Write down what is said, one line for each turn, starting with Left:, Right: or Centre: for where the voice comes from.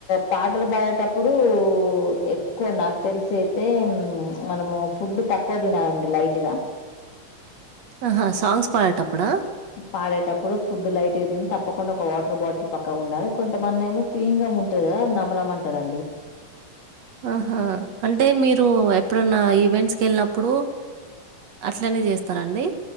Left: పాటలు పడేటప్పుడు ఎక్కువ నాకు తెలిసయితే మనము ఫుడ్ తక్కువ తినాలండి లైట్గా
Right: ఆహా సాంగ్స్ పాడేటప్పుడా
Left: పాడేటప్పుడు ఫుడ్డు లైట్ గా తి తప్పకుండా ఒక వాటర్ బాటిల్ పక్కకు ఉండాలి కొంతమంది ఏమో చూయింగ్ గం ఉంటుంది కదా నమ్మలమంటారండి
Right: ఆహా అంటే మీరు ఎప్పుడన్నా ఈవెంట్స్కి వెళ్ళినప్పుడు అట్లనే చేస్తారండి